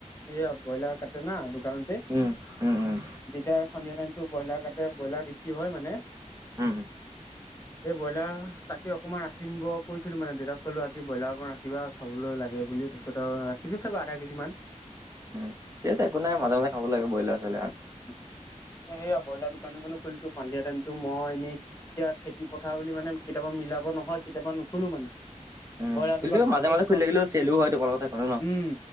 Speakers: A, on the left; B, on the right.
A: এইয়া ব্ৰইলাৰ কাটে না দোকানতে
B: উম উম উম
A: দেতাই সন্ধিয়া টাইমতো ব্ৰইলাৰ কাটে ব্ৰইলাৰ বিক্ৰী হয় মানে
B: উম
A: এই ব্ৰইলাৰ তাকে অকনমান ৰাখিম-ব কৈছিলো মানে দেউতাক ক'লো আজি ব্ৰইলাৰ অকমান ৰাখিবা খাবলৈ লাগে বুলি তাচত আৰু ৰাখিব চাগৈ আধা কেজি মান
B: উম ঠিক আছে একো নাই মাজে মাজে খাব লাগে ব্ৰইলাৰ চইলাৰ
A: অ সেয়া ব্ৰইলাৰ দোকান এখনো খুলিছো সন্ধিয়া টাইমতো মই এনেই এতিয়া খেতি পথাৰ বুলি মানে কেতিয়াবা মিলাব নহয় কেতিয়াবা নুখোলো মানে
B: উম
A: ব্ৰইলাৰ
B: খুলিলেও
A: দোকানখন
B: মাজে
A: এতিয়া
B: মাজে
A: দুখন
B: খুলি থাকিলেও চেলো হয় তোমাৰ কথা টো ন
A: উম,